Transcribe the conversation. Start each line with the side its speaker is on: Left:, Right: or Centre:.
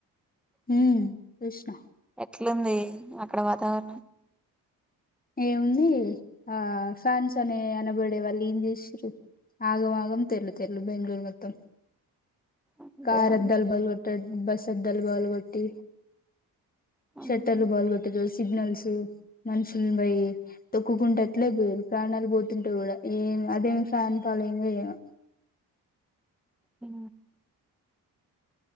Left: హ్మ్ చూసిన
Centre: ట్లుంది అక్కడ వాతావరణం
Left: ఏముంది ఆ ఫ్యాన్స్ అనే అనబడే వాళ్ళు ఏం చేసిర్రు ఆగం ఆగం తెల్లు తెల్లు బెంగళూరు మొత్తం
Centre: అంతేనా
Left: కార్ అద్దాలు బలగొట్టిలు బస్ అద్దాలు బల్గొట్టి షట్టర్లు
Centre: మ్మ్
Left: బాల్గొట్టిల్లు సిగ్నల్స్ మనుషులు పోయి తొక్కుకుంట అట్లే పోఇల్లు ప్రాణాలు పోతుంటే కూడా ఏమి అదేమి ఫ్యాన్ ఫాలోయింగో ఏమో
Centre: ఉ